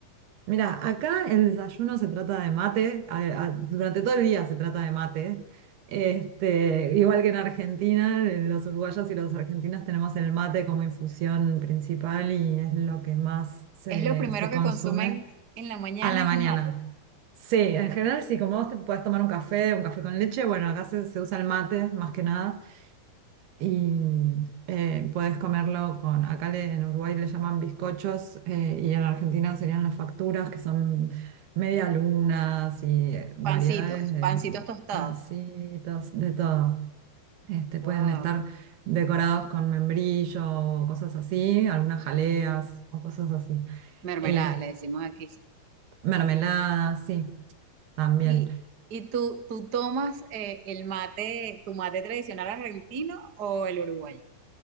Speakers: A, on the right; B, on the right.
A: Mira, acá el desayuno se trata de mate, a- a- durante todo el día se trata de mate. Este, igual que en Argentina, eh, los uruguayos y los argentinos tenemos el mate como infusión principal y es lo que más se,
B: Es lo primero
A: se
B: que
A: consume
B: consumen en la mañana,
A: a la
B: es
A: mañana.
B: un mate.
A: Sí, en general sí, como vos te podés tomar un café, un café con leche, bueno, acá se, se usa el mate más que nada y eh, puedes comerlo con, acá le- en Uruguay le llaman bizcochos eh, y en Argentina serían las facturas que son media lunas y eh, variedades
B: Pancitos,
A: de
B: pancitos tostados.
A: pancitos, de todo. Este, pueden
B: Wow.
A: estar decorados con membrillo o cosas así, algunas jaleas o cosas así.
B: Mermeladas,
A: Este,
B: le decimos aquí.
A: mermeladas, sí, también.
B: ¿Y, y tú, tú tomas eh, el mate, tu mate tradicional argentino o el uruguayo?